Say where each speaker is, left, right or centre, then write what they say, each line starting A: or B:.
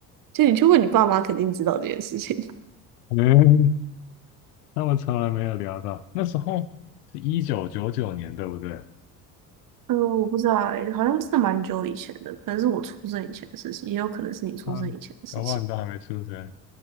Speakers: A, on the right; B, on the left.
A: 就你去问你爸妈，肯定知道这件事情。<laughs>
B: <laughs> 他们从来没有聊到。那时候是一九九九年，对不对？
A: 嗯，我不知道欸，好像真的蛮久以前的，可能是我出生以前的事情，也有可能是你出生以前的事情。
B: 啊，搞不好你都还没出生。